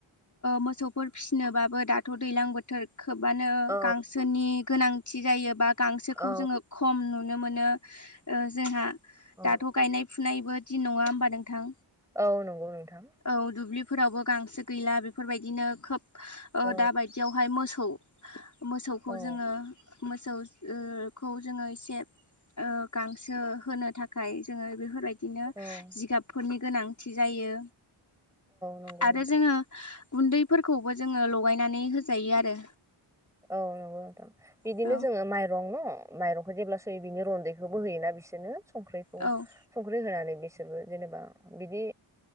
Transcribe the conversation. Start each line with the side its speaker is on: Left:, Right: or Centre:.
Left: मोसौफोर फिसिनोबाबो दाथ' दैज्लां बोथोर खोबानो
Centre: औ
Left: गांसोनि गोनांथि जायोबा गांसोखौ
Centre: औ
Left: जोङो खम नुनो मोनो ओ जोंहा
Centre: औ
Left: दाथ' गायनाय फुनायबो दिन नङा होमबा नोंथां?
Centre: औ नंगौ नोंथां
Left: औ दुब्लिफोरावबो गांसो गैला बे बेफोरबायदिनो खोब
Centre: औ
Left: दाबायदियावहाय मोसौ मोसौखौ
Centre: औ
Left: जोङो मोसौखौ जोङो एसे ओ गांसो होनो थाखाय जोङो बेफोरबायदिनो
Centre: औ
Left: जिगाबफोरनि गोनांथि जायो
Centre: नंगौ
Left: आरो
Centre: नोंथां
Left: जोङो गुन्दैफोरखौबो जोङो लगायनानै होजायो आरो।
Centre: औ नंगौ नोंथां बिदिनो
Left: औ
Centre: जोङो माइरं न' माइरं जेब्लासय बिनि रन्दैखौबो होयोना बिसोरनो संख्रिखौ
Left: औ
Centre: संख्रि होनानै बिसोर बिसोरबो जेनेबा बिदि